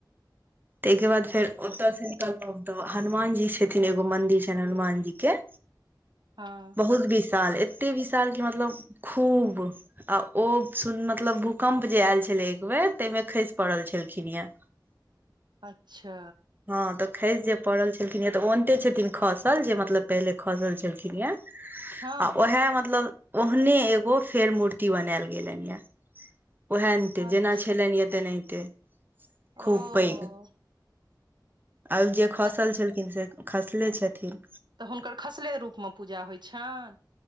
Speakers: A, on the right (about 25°); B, on the right (about 70°).
A: तैके बाद
B: हँ
A: फेर ओतऽ से निकलौं तऽ हनुमान जी छथिन, एगो मंदिर छैन हनुमान जी के
B: हँ।
A: बहुत बिसाल, एते विशाल की मतलब खूब आ ओ सुन मतलब भूकम्प जे ऐऽल छले एक बेेर तैइ में खैस पड़ल छलखिन यैंऽ।
B: अच्छा।
A: हँ तऽ खैइस जे पड़ल छलखिन ये तऽ ओनते छथिन खसल जे मतलब पहिले खसल छलखिन यैऽ।
B: हँ
A: आ ओहैऽ मतलब ओहने एगो फेर मूर्ति बनैऽल गेलैन यैऽ। ओहैऽनते
B: अच्छा
A: जेना छेलैन या तेनाहिते खूब
B: ओ
A: पैघ। आव जे खसल
B: अच्छ-
A: छलखिन से खसले छथिन।
B: तऽ हुनकर खसले रूप में पूजा होइ छान?